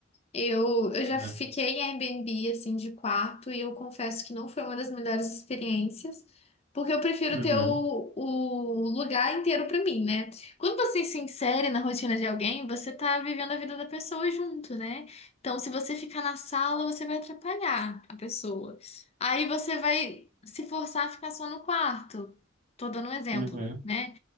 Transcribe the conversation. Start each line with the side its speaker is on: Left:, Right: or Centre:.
Left: Eu, eu já
Right: né?
Left: fiquei em Airbnb, assim, de quarto, e eu confesso que não foi uma das melhores experiências, porque eu prefiro
Right: Uhum,
Left: ter o, o lugar inteiro pra mim, né? Quando você se insere na rotina de alguém, você tá vivendo a vida da pessoa junto, né? Então, se você ficar na sala, você vai atrapalhar a pessoa. Aí você vai se forçar a ficar só no quarto. Tô dando um exemplo,
Right: uhum,
Left: né?